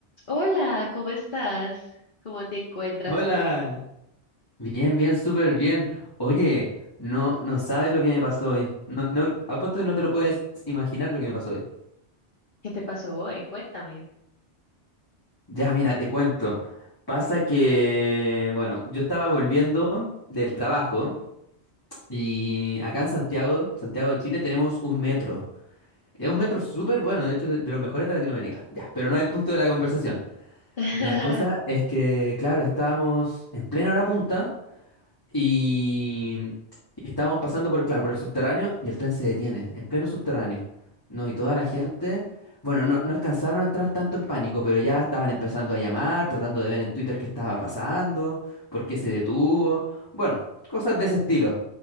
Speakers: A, on the left; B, on the left.
A: Hola, ¿cómo estás? ¿Cómo te encuentras
B: Hola,
A: hoy?
B: bien, bien, súper bien. Oye, no, no sabes lo que me pasó hoy. No, no, apuesto que no te lo puedes imaginar lo que me pasó hoy.
A: ¿Qué te pasó hoy? Cuéntame.
B: Ya, mira, te cuento. Pasa que, bueno, yo estaba volviendo del trabajo y acá en Santiago, Santiago de Chile, tenemos un metro. Es un metro súper bueno, de hecho, de, de los mejores de Latinoamérica. Ya, pero no es el punto de la conversación.
A: <laughs>
B: La cosa es que, claro, estábamos en plena hora punta. Y, y estábamos pasando por, claro, por el subterráneo y el tren se detiene, en pleno subterráneo. No, y toda la gente, bueno, no, no alcanzaron a entrar tanto en pánico, pero ya estaban empezando a llamar, tratando de ver en Twitter qué estaba pasando, por qué se detuvo, bueno, cosas de ese estilo.